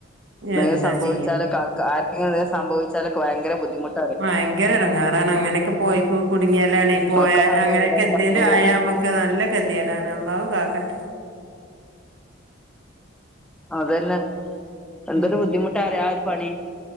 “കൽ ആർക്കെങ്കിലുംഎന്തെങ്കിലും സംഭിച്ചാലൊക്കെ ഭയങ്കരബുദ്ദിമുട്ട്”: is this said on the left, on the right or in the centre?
Centre